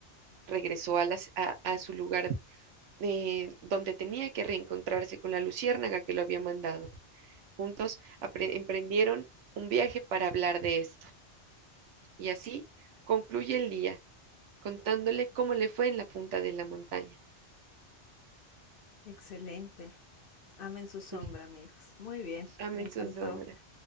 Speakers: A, on the right; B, on the left.
A: Regresó a, las- a- a su lugar eh, donde tenía que reencontrarse con la luciérnaga que lo había mandado. Juntos emprendieron un viaje para hablar de esto. Y así concluye el día, contándole cómo le fue en la punta de la montaña.
B: Excelente. Amen su sombra,
A: <laughs>
B: amigos. Muy bien,
A: Amen
B: me encantó.
A: su sombra.